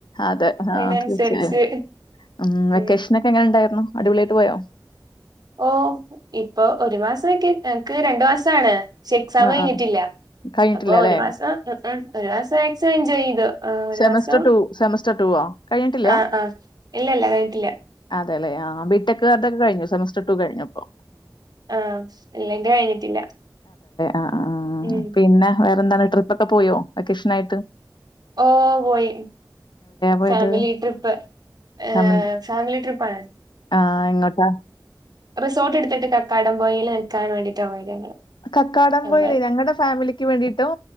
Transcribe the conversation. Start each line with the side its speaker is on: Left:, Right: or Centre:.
Left: അതെ ആഹ
Right: അതിനനുസരിച്ച്
Left: തീർച്ചയായും ഉ വെക്കേഷൻ
Right: ഉം
Left: ഒക്കെ എങ്ങനെ ഉണ്ടായിരുന്നു അടിപൊളി ആയിട്ടു പോയോ
Right: ഓ ഇപ്പൊ ഒരു മാസമൊക്കെ രണ്ടുമാസാണ് പക്ഷെ എക്സാം
Left: ആഹ്
Right: കഴിഞ്ഞിട്ടില്ല
Left: ആഹ് കഴിഞ്ഞിട്ടില്ലല്ലേ?
Right: അപ്പൊ ഒരു മാസം ആ ഒരു മാസം മാക്സിമം എൻജോയ് ചെയ്തു ആഹ് ഒരു
Left: സെമസ്റ്റർ
Right: മാസം
Left: സെമസ്റ്റർ ടു ആ കഴിഞ്ഞിട്ടില്ല
Right: ആഹ് ആഹ് ഇല്ലല്ല കഴിഞ്ഞിട്ടില്ല
Left: ട്ടേലെ ആ ആ ബിടെക് കാരുടെ കഴിഞ്ഞോ സെമെസ് കഴിഞ്ഞപ്പോ
Right: ആഹ എല്ലാം കഴിഞ്ഞിട്ടില്ല
Left: ആ ആ
Right: ഉം
Left: പിന്നെ വേറെന്താ ട്രിപ്പ് ഒക്കെ പോയോ വെക്കേഷൻ ആയിട്ട്
Right: ഓ പോയി
Left: പോയത്?
Right: ഫാമിലി ട്രിപ്പ് ഏ
Left: ഫാമിലി
Right: ഫാമിലി ട്രിപ്പാണ്
Left: ആഹ് എങ്ങോട്ടാ?
Right: റിസോർട്ട് എടുത്തിട്ട് കക്കാട് പോയിൽ നിൽക്കാൻ വേണ്ടിട്ടാണ് ഞങ്ങള്
Left: കക്കാടം
Right: ഞങ്ങൾ
Left: പോയില്ലേ ഞങ്ങളുടെ ഫാമിലിക്ക് വേണ്ടിട്ടും